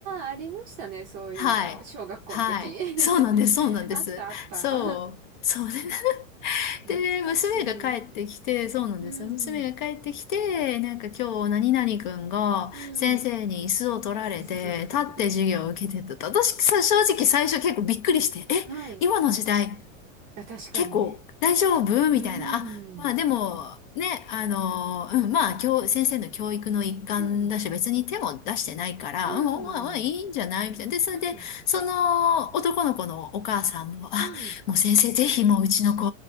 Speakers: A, on the right; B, on the left.
A: あ、ありましたね。そういうの。
B: はい。
A: 小学校の時。
B: はい。
A: <laughs>
B: そうなんです。そうなんです。
A: あった、あった。
B: そう。そうね。<laughs>
A: <laughs> 懐かしい。
B: で、娘が帰ってきて、そうなんですよ。
A: うん。
B: 娘が帰ってきて、なんか今日何々くんが先生に椅子を取られて、
A: うん。<laughs>
B: 立って授業を受けてたと。私、さ正直最初結構びっくりして、え、
A: はい。
B: 今の時代、
A: あ、確かにね。
B: 結構大丈夫みたいな。
A: うん。
B: あ、まあでも、ね、あの、うん、まあ、教、先生の教育の一環だし、
A: うん。
B: 別に手も出してないから、
A: う
B: うん、まあ、まあ、いいんじゃないみたいな。
A: ん。
B: で、それで、
A: うん。
B: その男の子のお母さんも、あ、
A: うん。
B: もう先生、ぜひもううちの子、